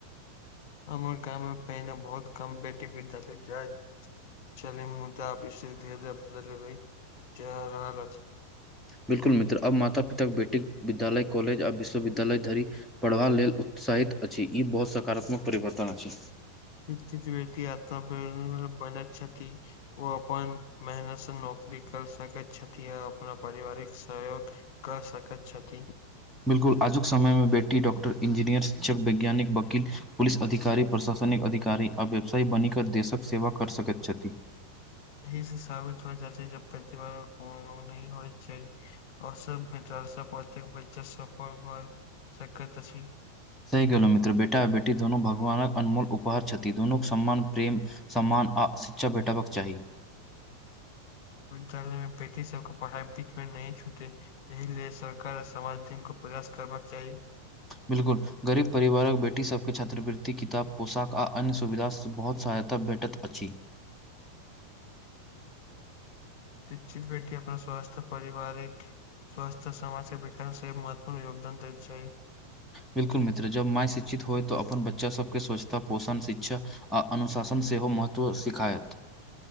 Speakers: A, on the left; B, in the centre.
A: हमर गाम मे पहिने बहुत कम‌ बेटी विद्यालय जै छेलै मुदा अब‌ स्थिति धीरे धीरे बदल चै रहल अछि
B: बिलकुल मित्र अब माता पिता बेटी विद्यालय कॉलेज आ विश्वविद्यालय धरी पढ़बा लेल उत्साहित अछि ई बहुत सकारात्मक परिवर्तन अछि
A: <unintelligible> बनै छथि ओ अपन मेहनत स नौकरी कर सकैत छथि य अपना पारिवारिक सहयोग करऽ सकैत छथि।
B: बिल्कु आजुक समय में बेटी डॉकटर इंजीनियर शिक्षक वैज्ञानिक वकील पुलिस अधिकारी प्रशासनिक अधिकारी आ व्यवसायी बनीक देशक सेवा कर सकैत छथि
A: अही से साबित होईत अति जे प्रतिभा में कोन लोग नै होइ छै। असभ्यता स प्रत्येक बच्चा सफल भ सकैत अछि
B: सहि कलहुँ मित्र बेटा बेटी दुनू भगवानक अनमोल उपहार छथि दुनूक सम्मान प्रेम। सम्मान आ शिक्षा भेटाबक चाही।
A: विद्यालय मे बेटी सबके पढ़ाई बीच में नै छूटै एहिले सरकार <unintelligible> को प्रयास करबाक चाही।
B: बिलकुल गरीब परिवारक बेटी सबके छात्रवृति किताब पोशाक आ अन्य सुविधा बहुत सहायता भेटत। अछि।
A: शिक्षित बेटी अपना स्वास्थ्य परिवारिक स्वासथ समाज के विकास मे महत्वपूर्ण योगदान दै छै।
B: बिल्कुल मित्र जब माय शिक्षित होइ तऽ अपन बच्चा सबके स्वच्छता पोषण शिक्षा। आ अनुशासन सेहो महत्व सिखायत।